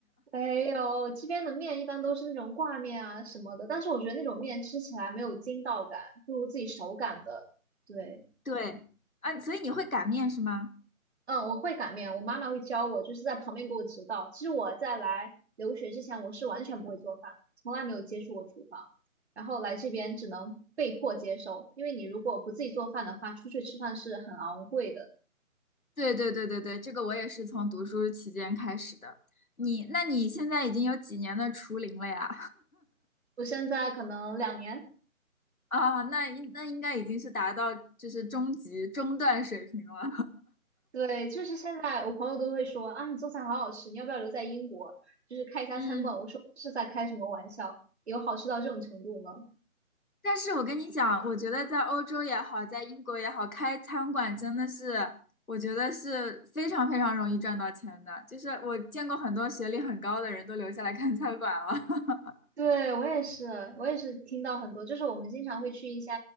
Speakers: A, on the right; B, on the left.
A: 没有，这边的面一般都是那种挂面啊什么的，但是我觉得那种面吃起来没有筋道感，不如自己手擀的。对，
B: 对啊，所以你会擀面是吗？
A: 嗯，我会擀面，我妈妈会教我，就是在旁边给我指导。其实我在来留学之前，我是完全不会做饭，从来没有接触过厨房，然后来这边只能被迫接受，因为你如果不自己做饭的话，出去吃饭是很昂贵的。
B: 对对对对对，这个我也是从读书期间开始的。你，那你现在已经有几年的厨龄了呀？
A: 我现在可能两年。
B: <laughs> 啊，那应那应该已经是达到就是中级中段水平了。
A: 对，就是现在我朋友都会说啊，你做菜好好吃，你要不要留在英国，就是开一家餐馆？
B: <laughs> 嗯，
A: 我说这是在开什么玩笑？有好吃到这种程度吗？
B: 但是我跟你讲，我觉得在欧洲也好，在英国也好，开餐馆真的是，我觉得是非常非常容易赚到钱的。就是我见过很多学历很高的人都留下来开餐馆了。<laughs>
A: 对，我也是，我也是听到很多，就是我们经常会去一些